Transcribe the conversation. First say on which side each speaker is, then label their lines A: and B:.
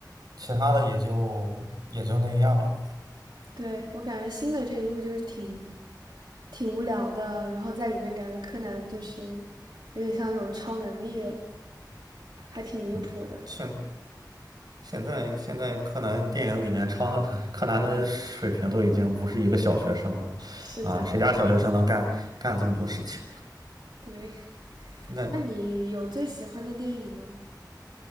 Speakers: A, on the right; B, on the right.
A: 其他的也就也就那样了。
B: 对，我感觉新的这一部就是挺挺无聊的，然后在里面感觉柯南就是有点像那种超能力了，还挺离谱的。
A: 嗯，现现在现在柯南电影里面超 <laughs> 柯南的水平都已经不是一个小学生了，
B: 是这样的，
A: 啊，谁家小学生能干干这么多事情？
B: 对。<laughs>
A: 那
B: 那你有最喜欢的电影吗？